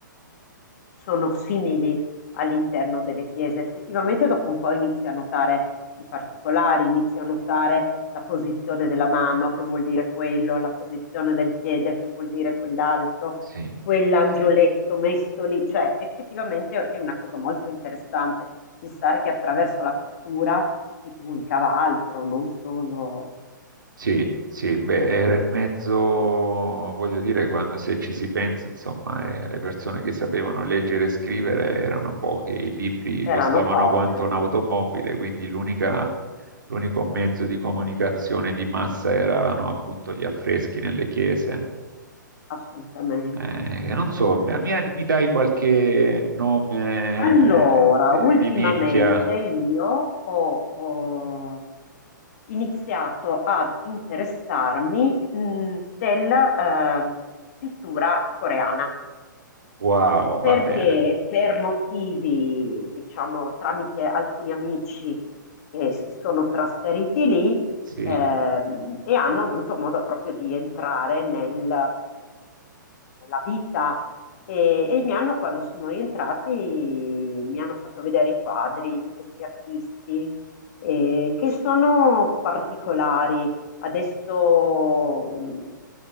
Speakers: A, on the left; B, on the right.
A: sono simili all'interno delle chiese. Effettivamente dopo un po' inizia a notare i particolari, inizia a notare la posizione della mano, che vuol dire quello, la posizione del piede, che vuol dire quell'altro,
B: Sì.
A: quell'angioletto messo lì. Cioè, effettivamente è una cosa molto interessante pensare che attraverso la pittura si comunicava altro, non solo
B: Sì, sì, beh, era il mezzo, voglio dire, quando se ci si pensa, insomma, eh, le persone che sapevano leggere e scrivere erano poche, i libri
A: erano
B: costavano
A: poche,
B: quanto un'automobile, quindi l'unica- l'unico mezzo di comunicazione di massa erano appunto gli affreschi nelle chiese.
A: assolutamente.
B: Eh, non so, mi, mi- mi dai qualche nome
A: Allora,
B: eh, di,
A: ultimamente
B: di nicchia?
A: io ho, ho iniziato ad interessarmi mh, della ehm, pittura coreana.
B: Wow,
A: Perché
B: va bene,
A: per motivi, diciamo, tramite alcuni amici che si sono trasferiti lì
B: sì.
A: ehm, e hanno avuto modo proprio di entrare nel- nella vita e, e mi hanno, quando sono rientrati, mi hanno fatto vedere i quadri di questi artisti eh, che sono particolari. Adesso mh,